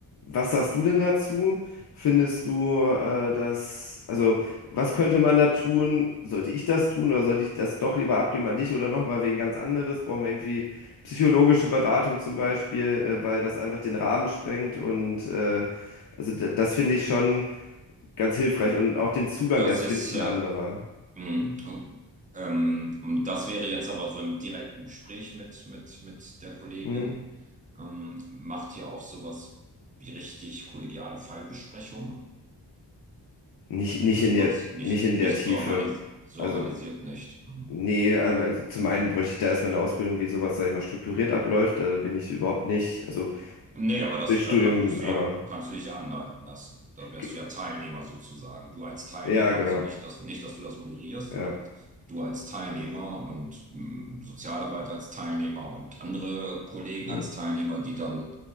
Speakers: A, on the left; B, on the right.
A: Was sagst du denn dazu? Findest du, äh, dass, also was könnte man da tun? Sollte ich das tun oder sollte ich das doch lieber abgeben an dich oder nochmal wegen ganz anderes? Brauchen wir irgendwie psychologische Beratung zum Beispiel, äh, weil das einfach den Rahmen sprengt und äh, also d- das finde ich schon ganz hilfreich und auch den Zugang,
B: das
A: der ist,
B: ist,
A: finde ich, ein
B: äh,
A: anderer.
B: Mhm. Und, Ähm, und das wäre jetzt aber so im direkten Gespräch mit, mit, mit der Kollegin.
A: Hm?
B: Ähm, macht ihr auch sowas wie richtig kollegiale Fallbesprechung?
A: Nicht,
B: Gibt
A: nicht
B: es
A: in
B: sowas?
A: der,
B: Nicht,
A: nicht in
B: nicht
A: der Tiefe.
B: so organis so
A: Also,
B: organisiert nicht. Mhm.
A: nee, aber also zum einen bräuchte ich da erstmal eine Ausbildung, wie sowas, sag ich mal, strukturiert abläuft. Da bin ich überhaupt nicht. Also
B: Nee, aber das,
A: durch
B: da,
A: Studium,
B: da würdest du
A: aber
B: ja, kannst du dich ja anleiten lassen. Da wärst
A: ge-
B: du ja Teilnehmer sozusagen. Du als Teilnehmer,
A: ja, genau.
B: also nicht, dass, nicht, dass du das moderierst,
A: Ja.
B: sondern du als Teilnehmer und mh, Sozialarbeiter als Teilnehmer und andere Kollegen
A: Hm,
B: als Teilnehmer, die dann